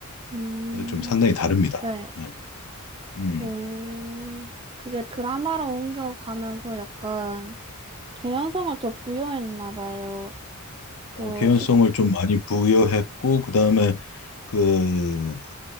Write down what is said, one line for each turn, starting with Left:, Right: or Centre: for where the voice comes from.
Right: 음,
Left: 그래서 좀 상당히 다릅니다.
Right: 네.
Left: 네. 음.
Right: 오, 그게 드라마로 옮겨가면서 약간 개연성을 더 부여했나 봐요. 더
Left: 어, 개연성을
Right: 시,
Left: 좀 많이 부여했고, 그 다음에 그